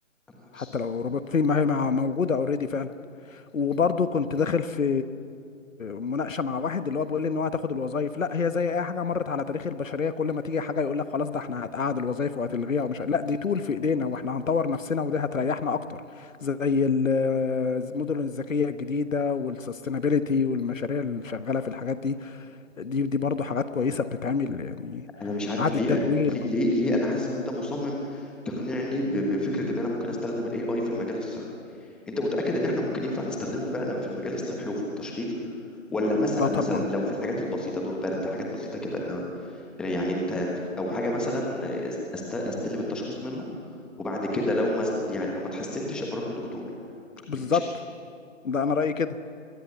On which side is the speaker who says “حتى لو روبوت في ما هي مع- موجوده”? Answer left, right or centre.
Left